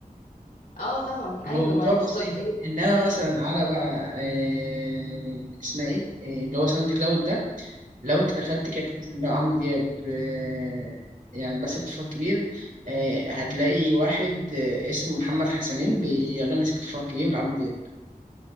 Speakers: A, on the left; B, on the right.
A: اه طبعا
B: الموضوع
A: ايوه ما هي
B: بسيط
A: بالظبط هي-
B: انما مثلا على بقى آه، اسمها ايه آه، اللي هو ساوند كلاود ده لو انت دخلت كانت مثلا بقى عمرو دياب آه، يعني بس سبت فراغ كبير آه، هتلاقي واحد آه، اسمه محمد حسنين بيغني سبت فراغ كبير لعمرو دياب